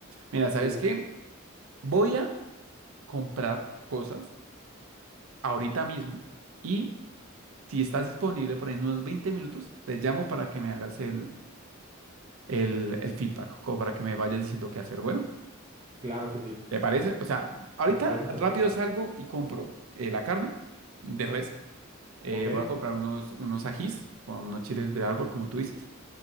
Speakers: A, on the right; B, on the right.
A: Mira, ¿sabes
B: Sí,
A: qué? Voy a comprar cosas ahorita mismo y si estás disponible por ahí en unos 20 minutos, te llamo para que me hagas el, el, el feedback, como para que me vayas diciendo qué hacer. Bueno,
B: claro que sí.
A: ¿te parece? O sea, ahorita
B: Me parece perfecto.
A: rápido salgo y compro eh, la carne de res, eh,
B: Ok,
A: voy a comprar unos, unos ajís, o unos chiles de árbol, como tú dices,